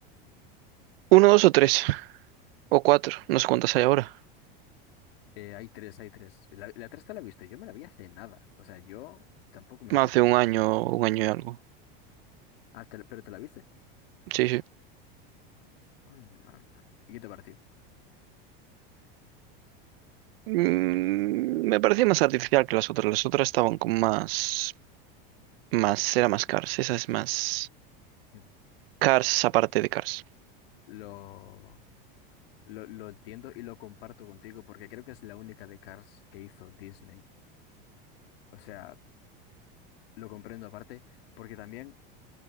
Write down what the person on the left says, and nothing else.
Eh, hay tres, hay tres. La, la tres te la viste, yo me la vi hace nada. O sea, yo tampoco me
enteré nada.
Ah, te pero te la viste.
Oh, no, no. ¿Y qué te pareció?
Mm.
Lo, lo, lo entiendo y lo comparto contigo porque creo que es la única de Cars que hizo Disney. O sea, lo comprendo aparte porque también